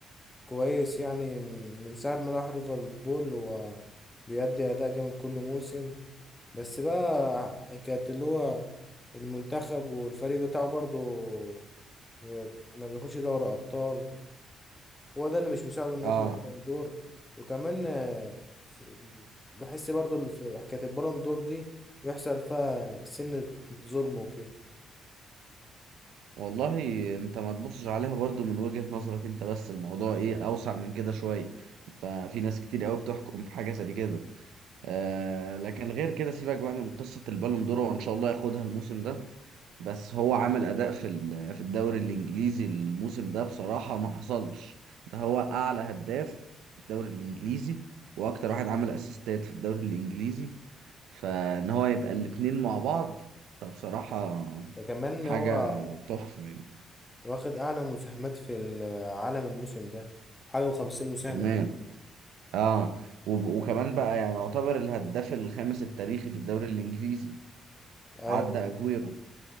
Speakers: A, on the left; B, on the right.
A: كويس يعني من ساعة ما راح ليفربول هو بيأدي أداء جامد كل موسم بس بقى حكاية اللي هو المنتخب والفريق بتاعه برضو ما بياخدش دوري أبطال هو ده اللي مش مساعده انه
B: اه
A: ياخد بالون دور وكمان آه، ف- بحس برضو اللي في حكاية البالون دور دي بيحصل فيها سنة ظلم وكده
B: والله انت ما تبصش عليها برضو من وجهة نظرك انت بس الموضوع ايه اوسع من كده شوية انت في ناس كتير قوي بتحكم في حاجة زي كده آه لكن غير كده سيبك بقى من قصة البالون دور وان شاء الله ياخدها الموسم ده بس هو عمل اداء في ال- في الدوري الانجليزي الموسم ده بصراحه ما حصلش ده هو اعلى هداف في الدوري الانجليزي واكتر واحد عمل اسيستات في الدوري الانجليزي فان هو يبقى الاتنين مع بعض فبصراحه
A: ده كمان
B: حاجه
A: هو
B: تحفه يعني
A: واخد أعلى مساهمات في العالم الموسم ده حاجة وخمسين مساهمة
B: كمان
A: تقريبا.
B: اه وب- وكمان بقى يعني يعتبر الهداف الخامس التاريخي في الدوري الانجليزي
A: أيوة
B: عدى اجويرو